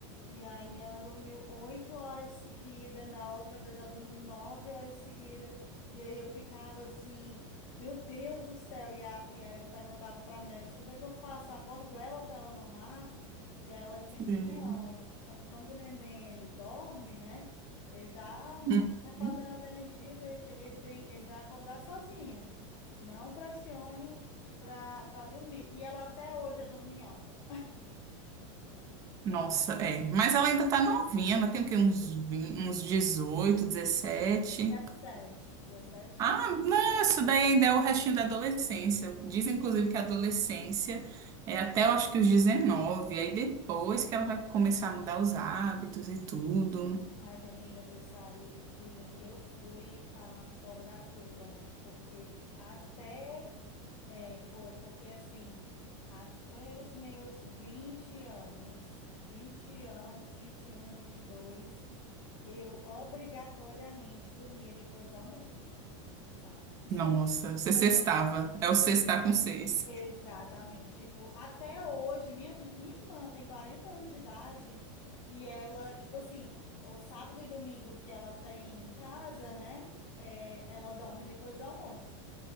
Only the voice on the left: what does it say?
E aí ela dormiu oito horas seguidas, na outra vez ela dormiu nove horas seguidas. E aí eu ficava assim, meu Deus do céu. E, a, e aí eu perguntava para a médica, o que é que eu faço? Eu acordo ela para ela mamar? E aí ela disse,
não, qu- quando o neném ele dorme, né? Ele tá re-
refazendo as energias, ele, te- ele tem, ele vai acordar sozinho. Não pressione para para dormir. E ela até hoje é dorminhoca.
Ela
era 17, 17
aninhos.
Mas, amiga, você sabe que eu fui a fora da curva, né? Porque até é, foi, porque assim, até os meus 20 anos, vinte anos, um 21, dois eu obrigatoriamente dormia depois do almoço, sabe?
Eu
não.
Exatamente. Tipo, até hoje, minha, minha irmã tem 40 anos de idade e ela, tipo assim, o sábado e domingo que ela tem em casa, né? é, ela dorme depois do almoço.